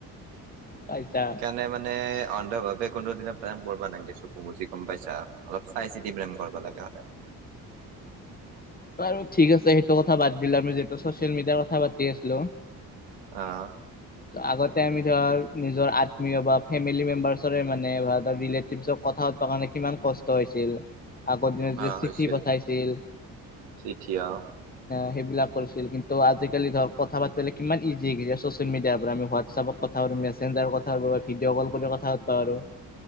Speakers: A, on the left; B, on the right.
A: খাইছা
B: সেইকাৰণে মানে অন্ধভাৱ এ' কোনো দিনা প্ৰেম কৰিব নাগে চকু মুজি গম পাইছা অলপ চাই -চিতি প্ৰেম কৰব লাগে সদাই <inaudible>
A: বাৰু ঠিক আছে সেইটো কথা বাদ দিলা আমি যিহেতু চচিয়েল মিডিয়াৰ কথা পাতি আছলো
B: আহ',
A: আগতে আমি ধৰ নিজৰ আত্মীয় বা ফেমিলি মেম্বাৰ্চৰে মানে বা এটা ৰিলেটিভছক কথা কাৰণে কিমান কষ্ট হৈছিল, আগৰ দিনত
B: অ
A: যে
B: হৈছিল
A: চিঠি পঠাইছিল
B: চিঠি অহ।
A: সেইবিলাক অলছিল কিন্তু, আজিকালি ধৰ কথা পাতিলে কিমান ইজি এইকেইটা ছচিয়েল মিডিয়াৰ পৰা আমি হোৱাটছআপত কথা পাতি মেছেঞ্জাৰ কথাবৈ ভিডিঅ' কল কৰি কথা পাতবা পাৰোঁ।